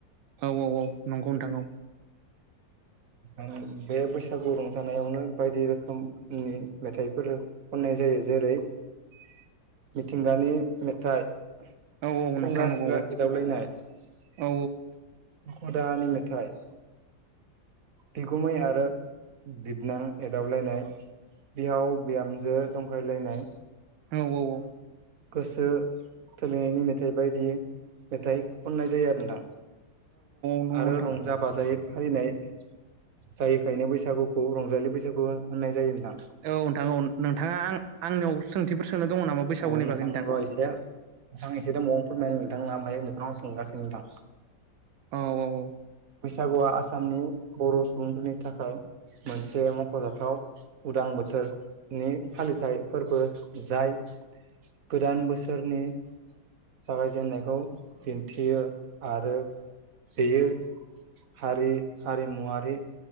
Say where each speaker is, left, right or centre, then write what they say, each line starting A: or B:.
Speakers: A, on the right; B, on the right.
A: औ औ औ नंगौ नोंथां औ
B: आं बे बैसागु रंजानायावनो बायदि रोखोमनि मेथाइफोर खननाय जायो जेरै
A: <inaudible>
B: मिथिंगानि मेथाइ
A: औ औ
B: सेंग्रा
A: नोंथां नंगौ
B: सिख्ला
A: औ
B: एदावलायनाय दुखु
A: औ
B: दाहानि मेथाइ बिगुमै आरो बिबनां एदावलायनाय बिहाव बिहामजो जंखायलायनाय
A: औ औ औ
B: गोसो थोलायनायनि मेथाइ बायदि मेथाइ खननाय जायो आरो नोंथां।
A: नोंथां
B: आरो रंजा बाजायै फालिनाय जायैखायनो बैसागुखौ रंजालि बैसागु होननाय जायो नोंथां।
A: औ नोंथां औ नोंथाङा आं आंनियाव सोंथिफोर सोंनो दङ नामा बैसागुनि
B: अ नोंथां
A: बागै
B: र' एसे नोंथां एसे दङ नोंथां आ ओमफाय नोंनाव सोंगासिनो दां
A: औ औ औ
B: बैसागुआ आसामनि बर' सुबुंफोरनि थाखाय मोनसे मख'जाथाव उदां बोथोरनि फालिथाय फोरबो जाय गोदान बोसोरनि जागायजेननायखौ दिन्थियो आरो बेयो हारि हारिमुवारि